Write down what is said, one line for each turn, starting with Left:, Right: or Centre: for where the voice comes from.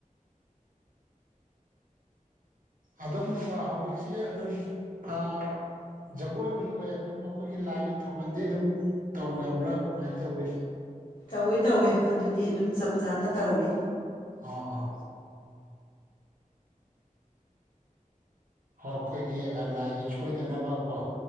Right: ꯑꯗꯨꯝ ꯍꯧꯖꯤꯛꯁꯦ ꯑꯗꯨꯝ ꯊꯥ ꯖꯒꯣꯏ ꯅꯨꯡꯒꯣꯏ ꯑꯗꯨꯝ ꯑꯈꯣꯏꯒꯤ ꯂꯥꯏꯒꯤ ꯊꯧꯒꯟꯗꯤ ꯑꯗꯨꯝ ꯇꯧꯅꯕ꯭ꯔꯥ ꯀꯃꯥꯏ ꯇꯧꯋꯤ
Left: ꯇꯧꯏ ꯇꯧꯏ ꯑꯗꯨꯗꯤ ꯑꯗꯨꯝ ꯆꯞ ꯆꯥꯅ ꯇꯧꯔꯤ
Right: ꯑꯥ ꯑꯥ ꯍ ꯑꯩꯈꯣꯏꯒꯤ ꯂꯥꯏꯒꯤ ꯁꯣꯏꯗꯅꯕ ꯀꯣ